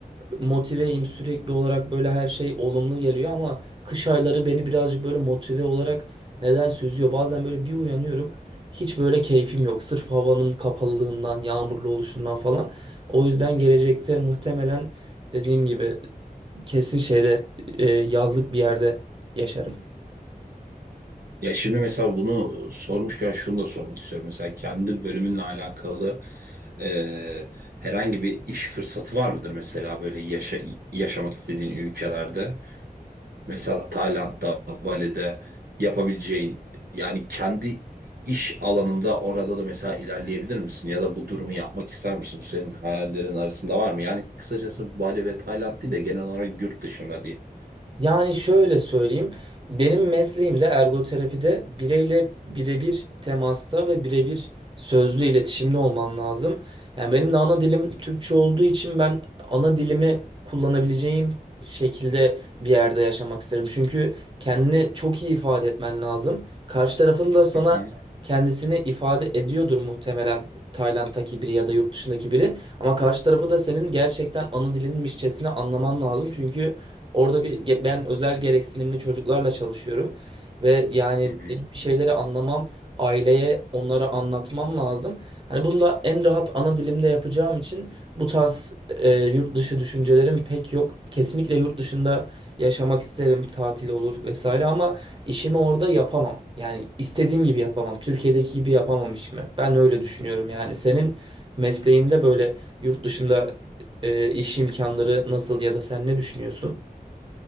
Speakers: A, on the right (about 35°); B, on the right (about 85°).
A: motiveyim sürekli olarak böyle her şey olumlu geliyor ama kış ayları beni birazcık böyle motive olarak neden süzüyor. Bazen böyle bir uyanıyorum hiç böyle keyfim yok sırf havanın kapalılığından yağmurlu oluşundan falan. O yüzden gelecekte muhtemelen dediğim gibi kesin şeyde e, yazlık bir yerde yaşarım.
B: Ya şimdi mesela bunu sormuşken şunu da sormak istiyorum. Mesela kendi bölümünle alakalı e, herhangi bir iş fırsatı var mıdır mesela böyle yaşa, yaşamak istediğin ülkelerde? Mesela Tayland'da, Bali'de yapabileceğin yani kendi iş alanında orada da mesela ilerleyebilir misin? Ya da bu durumu yapmak ister misin? Bu senin hayallerin arasında var mı? Yani kısacası Bali ve Tayland değil de genel olarak yurt dışında diye.
A: Yani şöyle söyleyeyim. Benim mesleğimde ergoterapide bireyle birebir temasta ve birebir sözlü iletişimde olman lazım. Yani benim de ana dilim Türkçe olduğu için ben ana dilimi kullanabileceğim şekilde bir yerde yaşamak isterim. Çünkü kendini çok iyi ifade etmen lazım. Karşı tarafın da sana
B: Hı hı,
A: kendisini ifade ediyordur muhtemelen Tayland'daki biri ya da yurt dışındaki biri. Ama karşı tarafı da senin gerçekten ana dilinmişçesine anlaman lazım. Çünkü Orada bir ge- ben özel gereksinimli çocuklarla çalışıyorum ve yani
B: hı hı.
A: benim bir şeyleri anlamam, aileye onlara anlatmam lazım. Hani bunu da en rahat ana dilimde yapacağım için bu tarz e, yurt dışı düşüncelerim pek yok. Kesinlikle yurt dışında yaşamak isterim, tatil olur vesaire ama işimi orada yapamam. Yani istediğim gibi yapamam. Türkiye'deki gibi yapamam işimi. Ben öyle düşünüyorum yani. Senin mesleğinde böyle yurt dışında e, iş imkanları nasıl ya da sen ne düşünüyorsun?